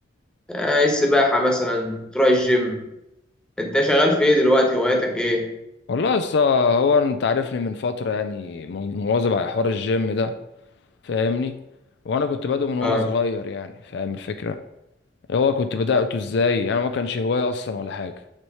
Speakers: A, in the centre; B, on the left.
A: آه، السباحه مثلا تروح الجيم انت شغال في ايه دلوقتي هواياتك ايه
B: والله يا اسطى هو انت عارفني من فتره يعني مواظب على حوار الجيم ده فاهمني وانا كنت بادئه من وانا
A: اه
B: صغير يعني فاهم الفكره هو كنت بدأته ازاي انا ما كانش هوايه اصلا ولا حاجه